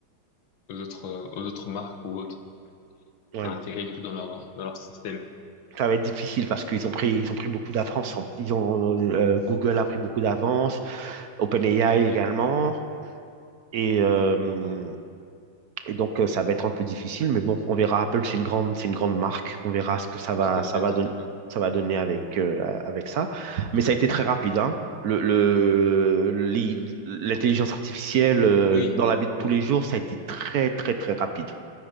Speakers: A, on the left (about 70°); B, on the right (about 60°).
A: aux autres euh, aux autres marques ou autres
B: Ouais,
A: à intégrer du coup dans leur dans leur système.
B: ça va être difficile parce qu'ils ont pris, ils ont pris beaucoup d'avance. Ils ont, euh, Google a pris beaucoup d'avance, OpenAI également.
A: Ouais,
B: Et euh, et donc, euh, ça va être un peu difficile, mais bon, on verra. Apple, c'est une grande, c'est une grande marque. On verra ce que ça va,
A: tout à
B: ça
A: fait,
B: va
A: tout
B: donner,
A: à fait.
B: ça va donner avec, euh, avec ça. Mais ça a été très rapide, hein. Le, le- l'i- l'intelligence artificielle, euh,
A: Oui,
B: dans la vie de
A: oui,
B: tous les jours, ça a été très, très, très rapide.